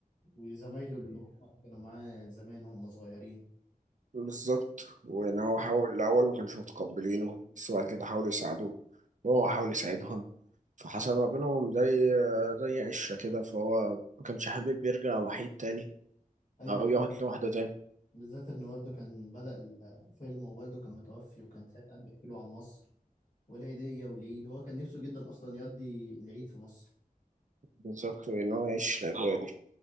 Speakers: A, on the left; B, on the right.
A: وزمايله اللي هم كانوا معاه زمان وهم صغيرين
B: بالظبط وان هو حاول الاول ما كانوش متقبلينه بس بعد كده حاولوا يساعدوه وهو
A: امم
B: حاول يساعدهم فحصل ما بينهم زي زي عشرة كده فهو ما كانش حابب يرجع وحيد تاني
A: ايوه
B: او
A: يرجع
B: يقعد لوحده تاني
A: بالذات ان والده كان بدأ الفيلم ووالده كان متوفي وكان ساعتها قاعد بيحكي له عن مصر والعيدية والعيد هو كان نفسه جدا أصلا يقضي العيد في مصر
B: بالظبط وان هو يعيش الاجواء دي